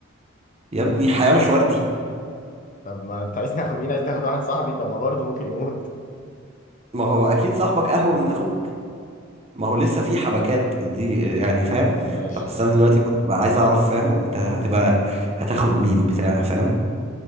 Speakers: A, on the right (about 30°); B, on the left (about 40°).
A: يا ابني الحياة مش وردي
B: طب ما انت عايز ناخد مين عايز ناخد واحد صاحبي طب ما برضه ممكن يموت
A: ما هو اكيد صاحبك اهون من اخوك ما هو لسه في حبكات دي آه، يعني فاهم
B: ماشي
A: بس انا دلوقتي بقى عايز اعرف فاهم انت هتبقى هتاخد مين بتاع فاهم